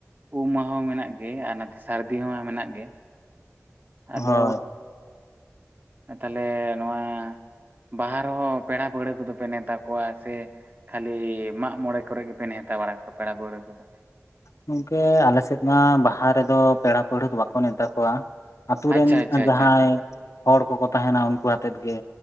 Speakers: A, on the right; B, on the left.
A: ᱩᱢ ᱢᱟᱦᱟᱸ ᱢᱮᱱᱟᱜ ᱜᱮ ᱟᱨ ᱱᱟᱛᱮ ᱥᱟᱹᱨᱫᱤ ᱦᱚᱸ ᱢᱮᱱᱟᱜ ᱜᱮ ᱟᱫᱚ
B: ᱦᱳᱭ
A: ᱛᱟᱦᱚᱞᱮ ᱱᱚᱣᱟ ᱵᱟᱦᱟ ᱨᱮᱦᱚᱸ ᱯᱮᱲᱟ ᱯᱟᱹᱲᱦᱟᱹ ᱠᱚᱫᱚᱯᱮ ᱱᱮᱶᱛᱟ ᱠᱚᱣᱟ ᱥᱮ ᱠᱷᱟᱹᱞᱤ ᱢᱟᱜ ᱢᱚᱬᱮ ᱠᱚᱨᱮ ᱜᱮᱯᱮ ᱱᱮᱣᱛᱟ ᱵᱟᱲᱟ ᱠᱚᱣᱟ ᱯᱮᱲᱟ ᱯᱟᱹᱲᱦᱟᱹ ᱠᱚᱫᱚ᱾
B: ᱜᱚᱢᱠᱮ ᱟᱞᱮᱥᱮᱫ ᱢᱟ ᱵᱟᱦᱟ ᱨᱮᱫᱚ ᱯᱮᱲᱟ ᱯᱟᱹᱲᱦᱟᱹ ᱫᱚ ᱵᱟᱠᱚ ᱱᱮᱶᱛᱟ ᱠᱚᱣᱟ᱾ ᱟᱛᱳ
A: ᱟᱪᱪᱷᱟ
B: ᱨᱮᱱ
A: ᱟᱪᱪᱷᱟ ᱟᱪᱪᱷᱟ
B: ᱡᱟᱦᱟᱸᱭ
A: ᱟᱪᱪᱷᱟ
B: ᱦᱚᱲ ᱠᱚᱠᱚ ᱛᱟᱦᱮᱱᱟ ᱩᱱᱠᱩ ᱟᱛᱮᱫ ᱜᱮ᱾